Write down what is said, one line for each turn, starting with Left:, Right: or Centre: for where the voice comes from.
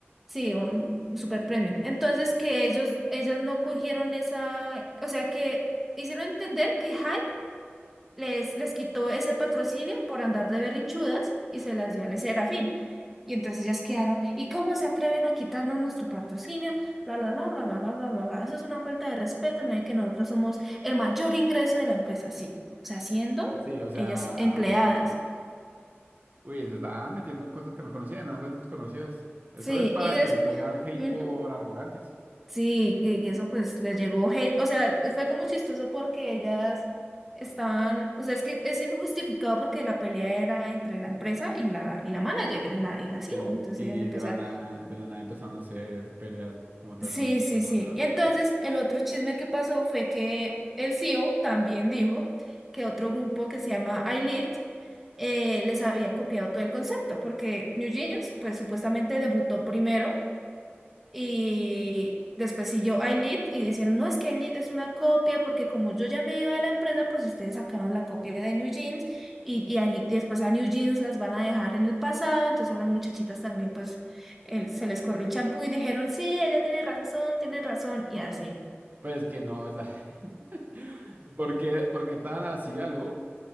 Centre: sí, un super premium. Entonces, que ellos, ellas no cogieron esa, o sea, que hicieron entender que Hype les, les quitó ese patrocinio por andar de berrinchudas y se las dio al Serafín. Y entonces ellas quedaron, ¿y cómo se atreven a quitarnos nuestro patrocinio? Bla, bla, bla, bla, bla, bla, bla, bla, bla. Eso es una falta de respeto, no es que nosotros somos el mayor ingreso de la empresa, sí. O sea, siendo
Right: Sí, o sea,
Centre: ellas empleadas.
Right: uy, se están metiendo en cosas que no conocían, en aguas desconocidas. Eso
Centre: Sí,
Right: es para
Centre: y después...
Right: que traigan hate
Centre: <laughs>
Right: por arrogantes.
Centre: Sí, y eso pues les llegó hate, o sea, eh, fue como chistoso porque ellas estaban, o sea, es que es injustificado porque la pelea era entre la empresa y la, y la manager, y la, y la CEO,
Right: Sí,
Centre: entonces
Right: y
Centre: ellas empezaron.
Right: de la nada, de la nada empezaron a hacer peleas como tal
Centre: Sí,
Right: con el grupo
Centre: sí,
Right: y contratos.
Centre: sí. Y entonces el otro chisme que pasó fue que el CEO también dijo que otro grupo que se llama iLead eh, les había copiado todo el concepto, porque New Jeans pues supuestamente debutó primero Y después siguió iLead y dijeron, no, es que iLead es una copia porque como yo ya me iba de la empresa, pues ustedes sacaron la copia de New Jeans y, y a New- después a New Jeans las van a dejar en el pasado. Entonces a las muchachitas también pues el- se les corrió el champú y dijeron, sí, ella tiene razón, tiene razón y así.
Right: Pues que no, es la... <laughs> ¿Por qué, por qué tan así, aló?